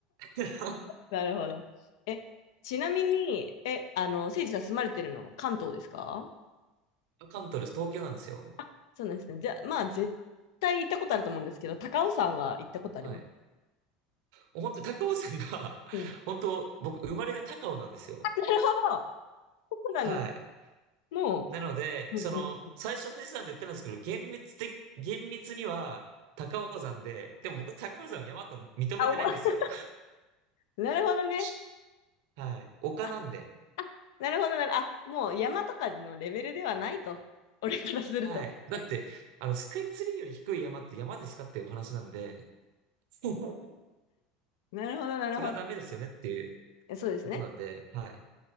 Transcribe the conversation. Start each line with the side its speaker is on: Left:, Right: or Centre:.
Right: <laughs>
Left: なるほど。え、ちなみに、え、あの、せいじさん住まれてるの関東ですか
Right: 関東です。東京なんですよ。
Left: あ、そうなんですね。じゃあ、まあ、絶対行ったことあると思うんですけど、高尾山は行ったことあります。
Right: はい。もう本当に高尾山が、
Left: うん。
Right: 本当僕生まれが高尾なんですよ。
Left: あなるほど。そうなんです。
Right: はい。
Left: も
Right: なので、
Left: う、
Right: その、
Left: うんうん。
Right: 最初富士山で言ったんですけど、厳密的、厳密には高尾山で、でも僕高尾山を山と認めてないんですよ。
Left: あ、おも <laughs> なるほどね。
Right: <laughs> はい。丘なんで。
Left: あ、なるほどなる。あ、もう山とかのレベルではないと。俺からすると。
Right: はい。だって、
Left: はい。
Right: あの、スカイツリーより低い山って山ですかっていうお話なんで、<laughs>
Left: なるほど、なるほど。
Right: それはダメですよねっていう
Left: え、そうですね。
Right: ことなんで、はい。